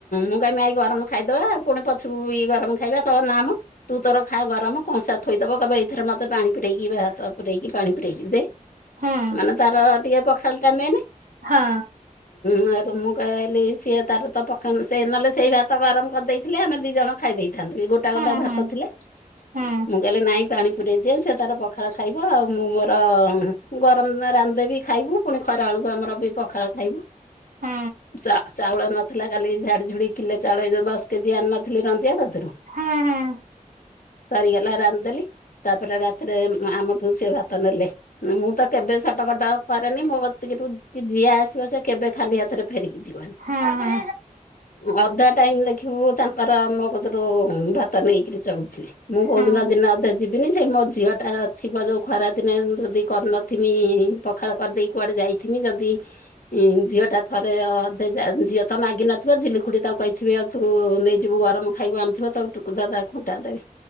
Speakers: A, on the left (about 75°); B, on the right (about 80°).
A: ମୁଁ କହିବି ଗରମ ଖାଇଦବା ପୁଣି ପଛକୁ ଇ ଗରମ ଖାଇବା ତ ନାମ ତୁ ତୋର ଖା ଗରମ କଂସା ଥୋଇଦବ କହିବ ଏଇଥିରେ ମୋତେ ପାଣି ପୁରେଇକି ଭାତ ପୁରେଇକି ପାଣି ପୁରେଇକି ଦେ।
B: ହୁଁ।
A: ମାନେ ତାର ଟିକେ ପଖାଳ ଟା ମେନେ।
B: ହଁ।
A: ମୁଁ ଏଠୁ ମୁଁ କହିଲି ସିଏ ତାର ତ ପଖାନ ସେ ନହେଲେ ସେଇ ଭାତ ଗରମ କରିଦେଇଥିଲେ ଆମେ ଦୁଇ ଜଣ ଖାଇ ଦେଇ ଥାଳିରେ ବି ଗୋଟା
B: ହୁଁ
A: ଗୋଟା ଭାତ
B: ହୁଁ
A: ଥିଲେ
B: ହୁଁ
A: ମୁଁ କହିଲେ ନାଇଁ ପାଣି ଗୋଟିଏ ଝିଅ ସେ ତାର ପଖାଳ ଖାଇବ ଆଉ ମୁଁ ମୋର ଗରମ <unintelligible> ରାନ୍ଧି ଦେବି ଖାଇବୁ ପୁଣି ଖରା ବେଳକୁ ଆମର ବି ପଖାଳ ଖାଇବୁ।
B: ହୁଁ
A: ଚା ଚାଉଳ ନଥିଲା କାଲି ଝାଡ଼ି ଝୁଡ଼ି କିଲେ ଚାଉଳ ଏଇ ଯୋଉ ଦଶ କେ ଜି ଆଣି ନଥିଲି ରଞ୍ଜିଆ କତିରୁ
B: ହଁ -ହଁ।
A: ସରିଗଲା ରାନ୍ଧିଦେଲି ତାପରେ ରାତିରେ ଉଁ ଆମଠଉ ସେ ଭାତ ନେଲେ। ମୁଁ ତ କେବେ ସଟକଟ କରେନି ମୋ କତିକି ରୁ ଯିଏ ଆସିବ ସେ କେବେ ଖାଲି ହାତରେ ଫେରିକି ଯିବ୍
B: ହୁଁ ହୁଁ
A: ଅଧା ଟାଇମ ଲା ଖିବୁ ତାଙ୍କର ମୋ କତରୁ ଭାତ ନେଇକିରି ଚଳୁଥିବେ ମୁଁ କୋଉ
B: ହୁଁ
A: ଦିନ ଦିନେ ଅଧା ଯିବ ଦିନି ସେ ମୋ ଝିଅଟା ଥିବ ଯୋଉ ଖରାଦିନେ ଯଦି, କରିନଥିମି ପଖାଳ କରିଦେଇ କୁଆଡ଼େ ଯାଇଥିମି ଯଦି ହଁ ଝିଅଟା ଥରେ ଅଧେ ଯା ଝିଅ ତ ମାଗିନ ନଥିବ ଝିଲି ଖୁଡ଼ି ତାକୁ କହିଥିବେ ଆଉ ତୁ ନେଇଯିବୁ ଗରମ ଖାଇବ ଆଣୁଥିବ ତାକୁ ଟୁକୁଦାଦା ଥଣ୍ଡା ଦେ